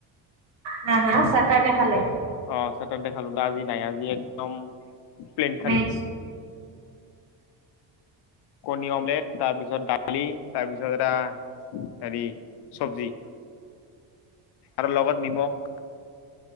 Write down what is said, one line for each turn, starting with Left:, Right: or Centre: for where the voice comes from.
Right: হা, হা, চাহ- তাহ এনে খালে।
Left: অ', দেখালো বা আজি নাই আজি একদম প্লেন খালো।
Right: ভেজ?
Left: কৰ্ণী, অমলেট তাৰপিছত ডালি, তাৰপিছত এটা হেৰি, চবজি আৰু লগত নিমখ।